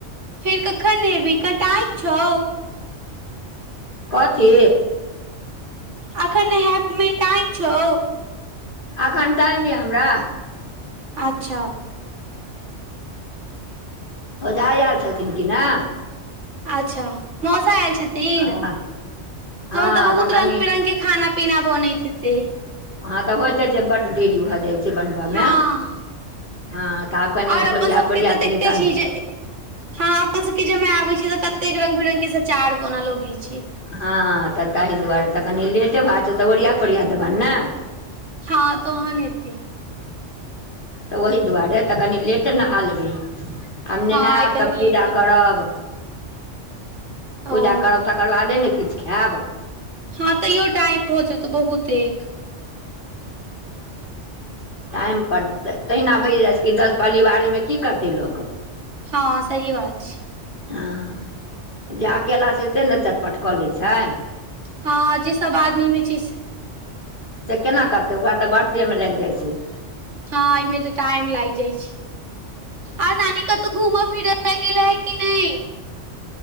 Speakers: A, on the right; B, on the left.
A: फेर कखन एबी क टाइम छौ
B: कथी
A: अखन हैपमे टाइम छौ
B: अखन टाइम यऽ हमरा
A: अच्छा
B: ओझा आयल छथिन कि नहि
A: अच्छा मौसा आयल छथिन
B: हँ
A: तहन
B: हँ
A: तऽ बहुत
B: कनि
A: रंग बिरंग के खाना पीना बनैत दै
B: अहाँ तऽ होयइते छै बड्ड देरी भऽ जाइ छै बनबयमे
A: हँ
B: हँ तऽ आब कनि
A: और अपन
B: ओरिया
A: सबके
B: पोरिया
A: तऽ देखते
B: देबै तब
A: छी
B: ने
A: जे हँ अपन सबके जमे आबे छी तऽ कते रंग बिरंग के सचार बनल लगैत छी
B: हँ तऽ तहि दुआरे तऽ कनि लेटे भए जेतै तऽ ओरिया पोरिया देबन ने
A: हँ तोह नेते
B: तऽ ओहि दुआरे तऽ कनि लेट नहा लेबै आब नहायब
A: हँ आइ कनि
B: तऽ पूजा
A: लेट हे।
B: करब
A: ओ
B: पूजा करब तकर बादे ने किछ खायब
A: हँ तैयो टाइम भऽ जेतौ बहुत एक
B: टाइमपर तऽ तहिना भए जाइ छै कि दस पलिवारेमे की करतै लोक
A: हँ सही बात छै
B: हँ जे अकेला छै सेे ने चटपट कऽ लै छै
A: हँ जे सब आदमी मे चीज
B: से केना करतै ओकरा तऽ बड टेम लाग जाइ छै
A: हँ एहिमे तऽ टाइम लाग जाइ छै आ नानी कतो घुमे फिरा ल गेलल है की नहि